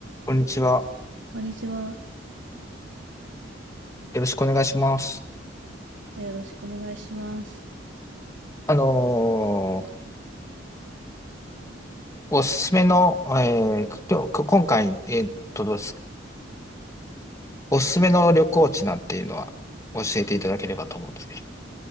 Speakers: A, on the left (about 15°); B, on the right (about 75°).
A: こんにちは。
B: こんにちは。
A: よろしくお願いします。
B: よろしくお願いします。
A: あのーおすすめの、えー、く今日、く今回、えーっと、どうですか。おすすめの旅行地なんていうのは教えていただければと思うんですけど。